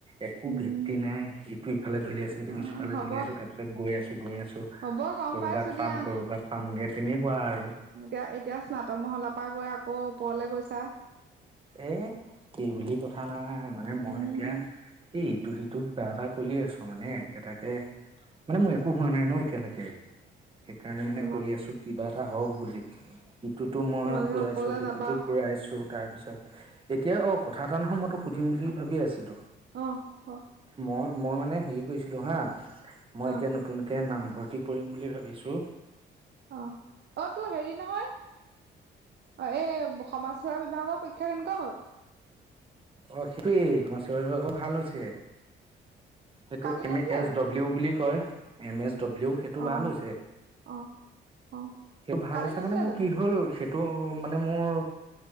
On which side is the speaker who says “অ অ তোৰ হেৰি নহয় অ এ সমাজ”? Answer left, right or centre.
Right